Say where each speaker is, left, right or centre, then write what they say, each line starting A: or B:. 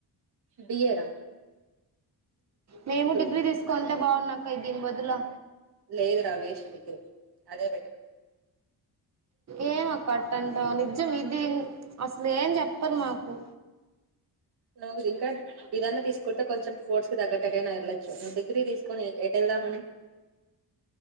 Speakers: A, on the right; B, on the right.
A: బి ఎ రా
B: మేము
A: గ్రూప్
B: డిగ్రీ తీసుకుంటే బావున్ను ఆ దీని బదులు
A: లేదురా వేస్ట్ డిగ్రీ అదే బెటర్
B: ఏం అక్క అట్టంటావు నిజం ఇది అసలు ఏం చెప్పరు మాకు
A: నువ్వు ఇంకా ఇదన్నా తీసుకుంటే కొంచెం కోర్స్ కి తగ్గట్టుగా వెళ్ళొచ్చు నువ్వు డిగ్రీ తీసుకొని ఎ ఎటు వెళ్దామని